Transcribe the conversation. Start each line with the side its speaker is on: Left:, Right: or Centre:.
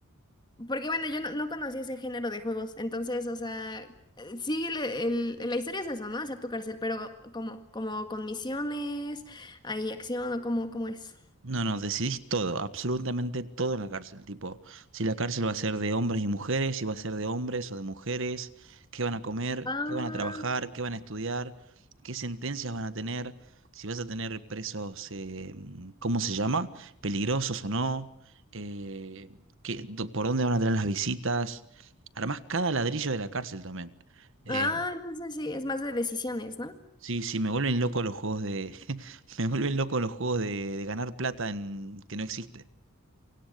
Left: Porque bueno, yo no, no conocía ese género de juegos, entonces, o sea, eh, sí, el, el- la historia es eso, ¿no? Hacer tu cárcel, pero como, como con misiones, hay acción o cómo, cómo es.
Right: No, no, decidís todo, absolutamente todo en la cárcel, tipo, si la cárcel va a ser de hombres y mujeres, si va a ser de hombres o de mujeres, qué van a comer,
Left: Ah,
Right: qué van a trabajar, qué van a estudiar, qué sentencias van a tener, si vas a tener presos, eh, mm, ¿cómo se llama? Peligrosos o no, eh, qué- do- por dónde van a tener las visitas, armás cada ladrillo de la cárcel también. Eh,
Left: ah, entonces sí, es más de decisiones, ¿no?
Right: sí, sí, me vuelven loco los juegos de, <laughs> me vuelven loco los juegos de, de ganar plata en, que no existe.